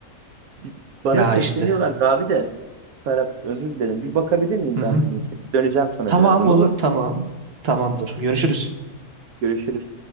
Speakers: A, on the right; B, on the right.
A: Bir- Bana
B: Ya
A: sesleniyorlar
B: işte.
A: abi de. Ferhat özür dilerim. Bir bakabilir miyim
B: Hı
A: ben
B: hı.
A: bizimkine? Döneceğim sana
B: Tamam
A: birazdan
B: olur
A: olur mu?
B: tamam. Tamamdır. Görüşürüz.
A: Görüşürüz.